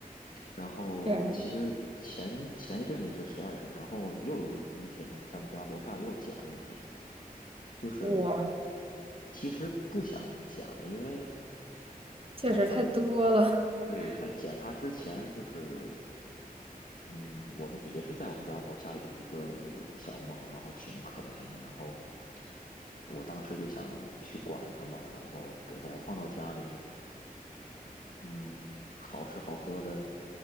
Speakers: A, on the left; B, on the right.
A: 然后其实前前一阵子是十二只，
B: 天呐，
A: 然后又有一天在我们家楼下又捡了一只，就是
B: 哇，
A: 其实不想捡了，因为
B: 确实太多了
A: 在
B: <laughs>
A: 对在捡它之前就是。嗯，我们也是在我们家楼下有一个小猫，然后挺可怜的，然后我当时就想去管它嘛，然后给它放到家里，嗯，好吃好喝的，